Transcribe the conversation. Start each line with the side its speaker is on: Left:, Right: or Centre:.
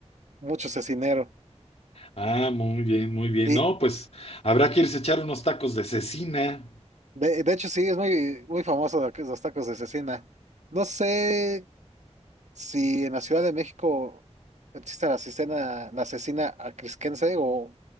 Right: mucho cecinero.
Left: Ah, muy bien, muy bien.
Right: Y
Left: No, pues habrá que irse a echar unos tacos de cecina.
Right: de, de hecho, sí, es muy, muy famoso lo que es los tacos de cecina. No sé si en la Ciudad de México existe la asesina, la asesina acrisquense o,